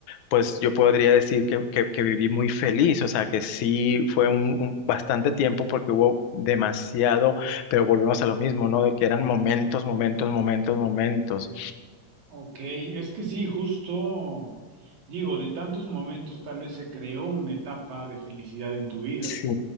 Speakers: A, on the left; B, on the right.
A: pues yo podría decir que, que- que viví muy feliz, o sea que sí fue un, un bastante tiempo porque hubo demasiado, pero volvemos a lo mismo, ¿no? De que eran momentos, momentos, momentos, momentos.
B: Ok, es que sí, justo digo, de tantos momentos tal vez se creó una etapa de felicidad en tu vida.
A: Sí.